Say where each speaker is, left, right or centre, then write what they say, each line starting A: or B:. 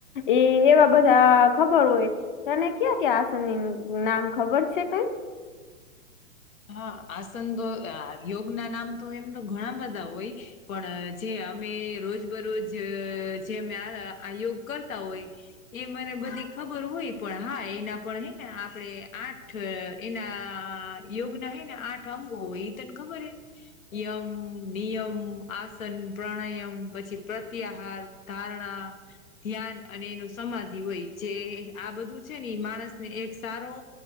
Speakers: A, on the left; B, on the left.
A: એ એવા બધાં ખબર હોય તને ક્યાં ક્યાં આસનની નામ ખબર છે કઈ?
B: હહ આસન તો આ યોગના નામ તો એમ તો ઘણા બધા હોય. પણ જે અમે રોજ બરોજ જે અમે આ યોગ કરતા હોય ઈ મને બધી ખબર હોય પણ હા એના પણ હે ને આપડે આઠ એના યોગ ના હે ને આઠ અંગો હોય ઈ તને ખબર હે? યમ, નિયમ, આસન, પ્રાણાયામ, પછી પ્રત્યાહાર ધારણા ધ્યાન અને એનું સમાધિ હોય જે આ બધું છે ને માણસને એક સારો